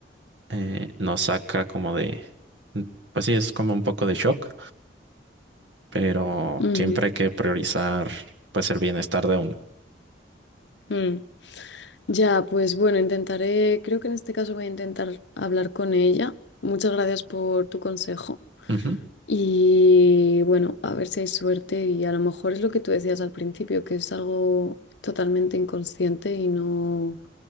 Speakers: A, on the right; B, on the left.
A: eh, nos saca como de, mm, pues sí, es como un poco de shock, pero
B: ujú.
A: siempre hay que priorizar pues el bienestar de uno.
B: Mm. Ya, pues bueno, intentaré, creo que en este caso voy a intentar hablar con ella. Muchas gracias por tu consejo.
A: Ujú,
B: Y bueno, a ver si hay suerte y a lo mejor es lo que tú decías al principio, que es algo totalmente inconsciente y no...